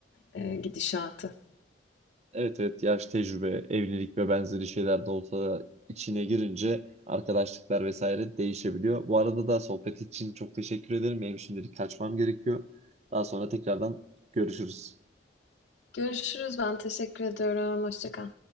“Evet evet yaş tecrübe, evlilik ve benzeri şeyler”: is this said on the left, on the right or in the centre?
Right